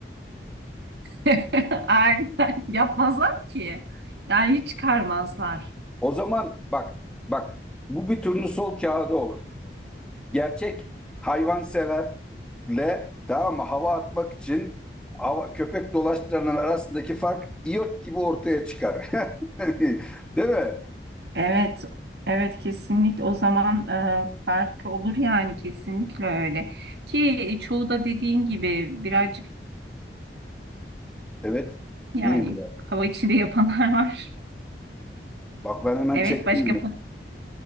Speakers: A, on the right (about 70°); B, in the centre.
A: <laughs> Aynen. Yapmazlar ki. Yani hiç çıkarmazlar.
B: O zaman bak, bak bu bir turnusol kağıdı olur. Gerçek hayvanseverle tamam mı hava atmak için hava- köpek dolaştıranın arasındaki fark iyot gibi ortaya çıkar. <laughs> Değil mi?
A: Evet. Evet kesinlikle o zaman e, farkı olur yani kesinlikle öyle. Ki çoğu da dediğin gibi birazcık
B: Evet.
A: yani
B: Ne bileyim.
A: hava içinde yapanlar var.
B: Bak ben hemen
A: Evet
B: çektim
A: başka
B: bunu.